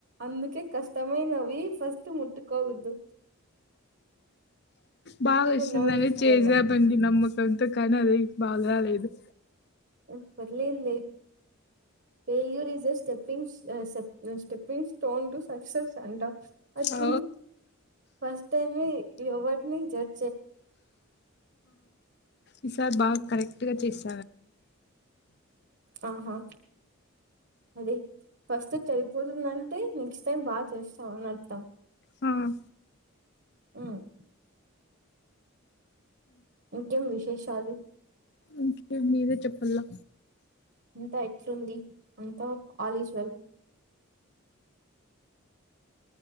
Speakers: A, on the right (about 55°); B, on the left (about 50°).
A: అందుకే కష్టమైనవి ఫస్ట్ ముట్టుకోవద్దు.
B: బాగా వచ్చిందని
A: ఉన్నవి తీసుకోవాల
B: చేద్దాం అనే నమ్మకంతో కని అది బారాలేేదు.
A: ఏం పర్లేదు లే failure is a స్టేపింగ్స్ <inaudible> step be stone to success అంట అట్
B: ఓ
A: ఫస్ట్ టై ఇవ వట్ నేచర్
B: ఈసార్ బాగా కరెక్ట్గా చేస్
A: ఆహా అదే ఫస్ట్ చెడిపోతుందంటే నెక్స్ట్ టైం బాగా చేస్తావు అని అర్థం
B: హ్మ్
A: హ్మ్ ఇంకెం విష్ విషాలు
B: ఇంకే మీరే చెప్పలా
A: అంత ఎట్లుంది అంత ఆల్ ఈజ్ వెల్